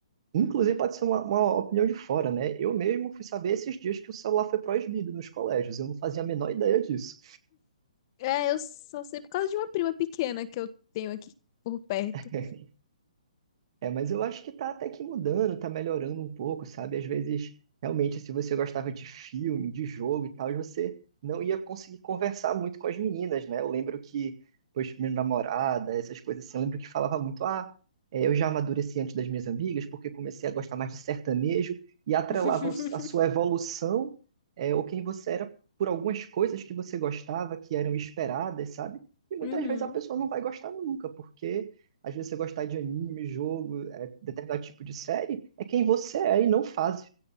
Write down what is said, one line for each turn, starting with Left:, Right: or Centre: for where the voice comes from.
Right: Inclusive,
Left: uhum.
Right: pode ser uma, uma opinião de fora, né? Eu mesmo fui saber esses dias que o celular foi proibido nos colégios. Eu não fazia a menor ideia disso.
Left: É, eu só sei por causa de uma prima pequena que eu tenho aqui por perto.
Right: <laughs> É, mas eu acho que tá até que mudando, tá melhorando um pouco, sabe? Às vezes, realmente, se você gostava de filme, de jogo e tal, você não ia conseguir conversar muito com as meninas, né? Eu lembro que, pois, minha namorada, essas coisas assim, eu lembro que falava muito, ah, é, eu já amadureci antes das minhas amigas, porque comecei a gostar mais de sertanejo, e atrelava
Left: <laughs>
Right: o- a sua evolução, é, ou quem você era, por algumas coisas que você gostava, que eram esperadas, sabe? E muitas
Left: Uhum.
Right: vezes a pessoa não vai gostar nunca, porque às vezes você gostar de anime, jogo, é, determinado tipo de série, é quem você é e não faz.